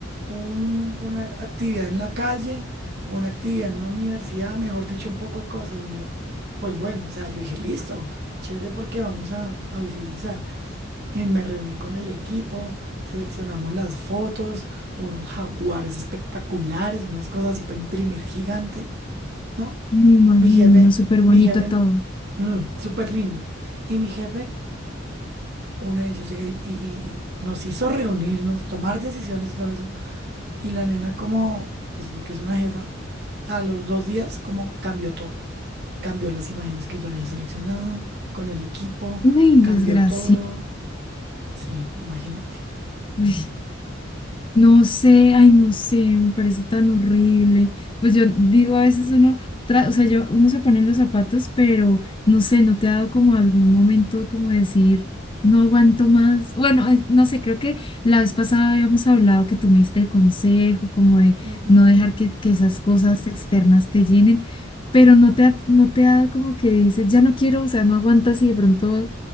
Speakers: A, on the right; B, on the left.
A: un- una actividad en la calle, una actividad en una universidad, mejor dicho, un poco de cosas. Y yo, pues bueno, o sea, yo dije, listo, chévere porque vamos a, a visibilizar. Y me reuní con el equipo, seleccionamos las fotos, unos jaguares espectaculares, unas cosas así para imprimir gigante, ¿no?
B: me imagino,
A: Mi jefe,
B: súper bonito
A: mi jefe,
B: todo.
A: mm, súper lindo. Y mi jefe uno de ellos llega y, y- y nos hizo reunirnos, tomar decisiones y todo eso. Y la nena como, pues porque es una jefa, a los dos días como cambió todo. Cambió las imágenes que yo había seleccionado con el equipo,
B: Ay,
A: cambió
B: desgracia.
A: todo. Sí, imagínate.
B: <laughs> No sé, ay, no sé, me parece tan horrible. Pues yo digo, a veces uno, tra- o sea, yo, uno se pone en los zapatos, pero no sé, no te ha dado como algún momento como decir, no aguanto más. Bueno, eh, no sé, creo que la vez pasada habíamos hablado que tú me diste el consejo, como de
A: Ujú.
B: no dejar que, que esas cosas externas te llenen, pero no te ha, no te ha dado como que dices, ya no quiero, o sea, no aguantas y de pronto